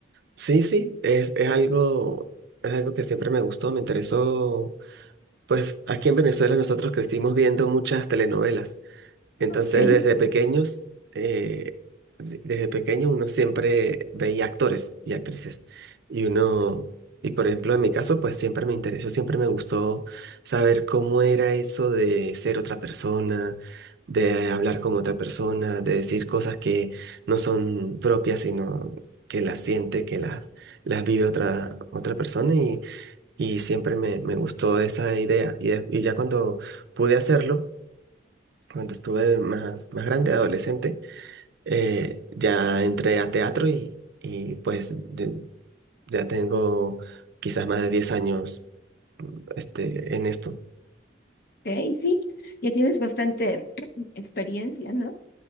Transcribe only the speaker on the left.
Ah, Ok,
ok, sí. Ya tienes bastante <clears throat> experiencia, ¿no?